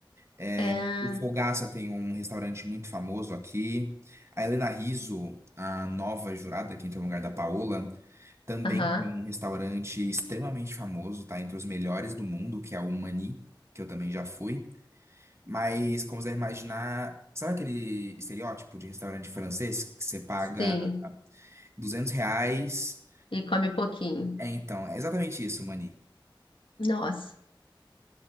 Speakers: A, on the right; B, on the left.
A: É,
B: É,
A: O Fogaça tem um restaurante muito famoso aqui. A Helena Rizzo, a nova jurada que entra no lugar da Paola, também
B: aham,
A: tem um restaurante extremamente famoso, tá? Entre os melhores do mundo, que é o Mani, que eu também já fui. Mas, como você deve imaginar, sabe aquele estereótipo de restaurante francês que você paga
B: sim.
A: 200 reais?
B: E come pouquinho.
A: É, então, é exatamente isso, Mani.
B: Nossa.